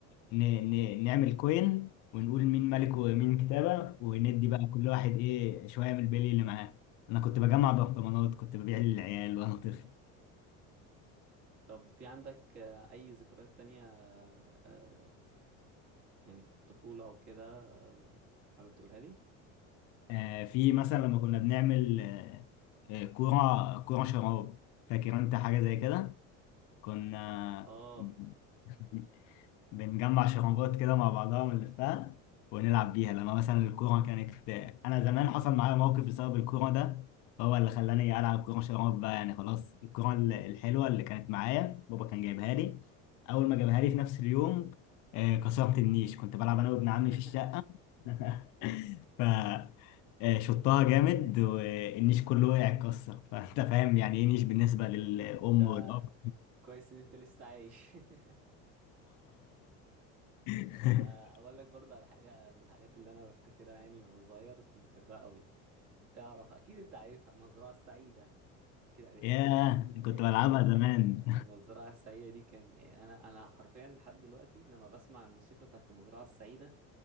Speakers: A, on the left; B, on the right.
A: ن... ن... نعمل كوين ونقول مين ملك ومين كتابة وندي بقى كل واحد إيه شوية من البلي اللي معاه أنا كنت بجمع برطمانات كنت ببيع للعيال وأنا طفل
B: طب في عندك آه، اي ذكريات تانية آه، يعني في الطفولة او كده آه، حابب تقولها لي
A: آه في مثلا لما كنا بنعمل آه آه، كورة كورة شراب فاكر أنت حاجة زي كده كنا
B: اه
A: <laughs> بنجمع شرابات كده مع بعضها ونلفها ونلعب بيها لما مثلا الكورة كانت أنا زمان حصل معايا موقف بسبب الكورة ده هو اللي خلاني ألعب كورة شراب بقى يعني خلاص الكورة ال- الحلوة اللي كانت معايا بابا كان جايبها لي أول ما جابها لي في نفس اليوم آه، كسرت النيش كنت بلعب أنا وابن
B: <laughs>
A: عمي في الشقة <laughs> ف آه، شطها جامد والنيش كله وقع اتكسر <laughs> فأنت فاهم يعني إيه نيش بالنسبة للأم
B: ده
A: والأب
B: كويس ان انت لسه عايش <laughs>
A: <laughs>
B: آه، اقول
A: <laughs>
B: لك برضه على حاجة من الحاجات اللي انا بفتكرها يعني وانا صغير كنت بحبها قوي تعرف اكيد انت عارفها المزرعة السعيدة اكيد عارفها
A: ياه
B: يا
A: كنت بلعبها زمان
B: المزرعة السعيدة دي كان يعني أنا أنا حرفيا لحد دلوقتي لما بسمع الموسيقى بتاعت المزرعة السعيدة